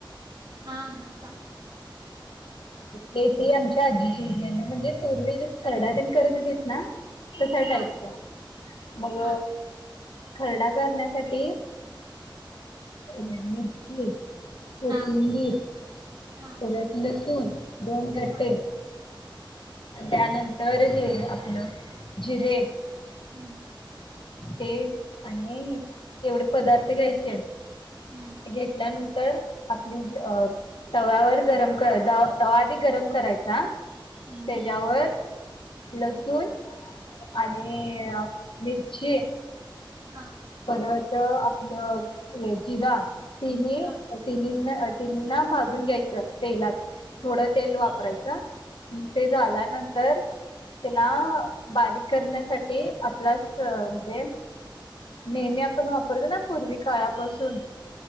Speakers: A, on the right; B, on the left.
A: हा हा स
B: ते ती आमच्या आजीची इतीी आहे म्हणजे पूर्वी ज खरडा करत होेतस ना तश
A: हा
B: टाईपच मग
A: हा
B: खरडा करण्यासाठी रामजी कोतिंबीर
A: हा हा
B: परत बसून दोन गटे
A: हा
B: त्यानंतर हे आपलं जिरे
A: हम्म
B: ते आणि एवढे पदार्थ घ्यायचे
A: हम्म
B: घेतल्यानंतर तर आपली तव्यावर गरम तवा आधी गरम करायचा
A: हम्म
B: त्याच्यावर लसूण आणि मिरची
A: हा
B: परत आपलं जिरा तिनी
A: हा
B: तिनी त ना भाजून घ्यायचं तेलात
A: हा
B: थोडं तेल
A: हा
B: वापरायचं ते झाल्या नंतर त्याला बारीक करण्यासाठी आपला म्हणजे नेहमी आपण वापरतो ना पूर्वी काळापासून